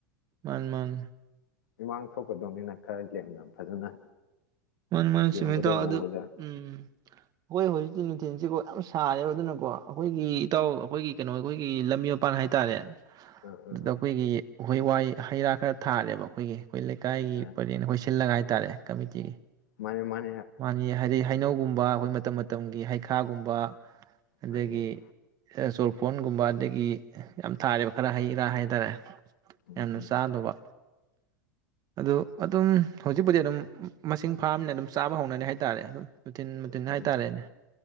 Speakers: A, on the right; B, on the left.
A: ꯃꯥꯟ ꯃꯥꯟ
B: ꯃꯤꯃꯥꯡ ꯊꯣꯛꯀꯗꯧꯅꯤꯅ ꯈꯔ ꯂꯦꯝꯅ ꯐꯖꯅ
A: ꯃꯅꯤ ꯃꯥꯅꯤ
B: ꯌꯦꯡꯕꯗ
A: ꯆꯨꯝꯃꯤ ꯏꯇꯥꯎ
B: ꯎꯕꯗ
A: ꯑꯗꯨ ꯎꯝ ꯑꯩꯈꯣꯏ ꯍꯧꯖꯤꯛꯇꯤ ꯅꯨꯡꯊꯤꯟꯁꯤꯀꯣ ꯌꯥꯝ ꯁꯥꯔꯦꯕ ꯑꯗꯨꯅꯀꯣ ꯑꯩꯈꯣꯏꯒꯤ ꯏꯇꯥꯎ ꯑꯩꯈꯣꯏꯒꯤ ꯀꯩꯅꯣ ꯑꯩꯈꯣꯏꯒꯤ ꯂꯝꯕꯤ ꯃꯄꯥꯟ ꯍꯥꯏꯇꯥꯔꯦ
B: ꯑꯥ
A: ꯑꯗꯨꯗ
B: ꯑꯥ
A: ꯑꯩꯈꯣꯏꯒꯤ ꯎꯍꯩ ꯋꯥꯍꯩ ꯍꯩꯔꯥ ꯈꯔ ꯊꯥꯔꯦꯕ ꯑꯩꯈꯣꯏꯒꯤ ꯑꯩꯈꯣꯏ ꯂꯩꯀꯥꯏꯒꯤ
B: ꯑꯥ
A: ꯄꯔꯦꯟ ꯑꯩꯈꯣꯏ ꯁꯤꯜꯂꯒ ꯍꯥꯏꯇꯥꯔꯦ ꯀꯃꯤꯇꯤꯒꯤ
B: ꯃꯥꯅꯤ ꯃꯥꯅꯤ
A: ꯃꯥꯅꯤ ꯍꯥꯏꯗꯤ ꯍꯩꯅꯧꯒꯨꯝꯕ ꯑꯩꯈꯣꯏ ꯃꯇꯝ ꯃꯇꯝꯒꯤ ꯍꯩ ꯁꯥꯒꯨꯝꯕ ꯑꯗꯒꯤ
B: ꯃꯥꯅꯦ
A: <unintelligible> ꯐꯣꯟꯒꯨꯝꯕ ꯑꯗꯒꯤ ꯌꯥꯝ ꯊꯥꯔꯦꯕ ꯈꯔ ꯍꯩꯔꯥ ꯍꯥꯏꯇꯥꯔꯦ
B: ꯎꯝ
A: ꯌꯥꯝꯅ
B: ꯎꯝ
A: ꯆꯥꯗꯨꯕ ꯑꯗꯨ ꯑꯗꯨꯝ ꯍꯧꯖꯤꯛꯄꯨꯗꯤ ꯑꯗꯨꯝ ꯃꯁꯤꯡ ꯐꯥꯔꯝꯃꯤꯅ ꯑꯗꯨꯝ ꯆꯥꯕ ꯍꯧꯅꯅꯤ ꯍꯥꯏꯇꯥꯔꯦ ꯑꯗꯨꯝ ꯃꯨꯊꯤꯟ ꯃꯨꯊꯤꯟ
B: ꯎ
A: ꯍꯥꯏꯇꯥꯔꯦꯅꯦ